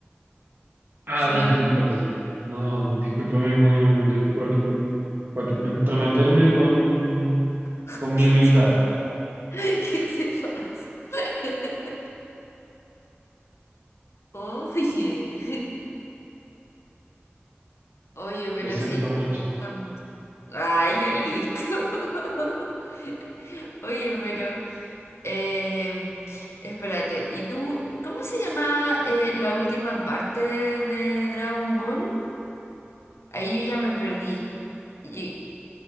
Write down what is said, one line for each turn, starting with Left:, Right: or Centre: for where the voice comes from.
Right: Ah,
Left: Solamente...
Right: discúlpame. No, discúlpame con, de- por por entrometerme con,
Left: <laughs>
Right: con mi humildad.
Left: ¿Qué te, qué te pasa? <laughs> Oye. <laughs> Oye, pero
Right: Lo siento
Left: sí,
Right: mucho.
Left: me gusta mucho. Ay, ya listo. <laughs> Oye, pero... eh, espérate, ¿y tú cómo se llamaba eh, la última parte de, de Dragon Ball? Ahí yo ya me perdí. Y,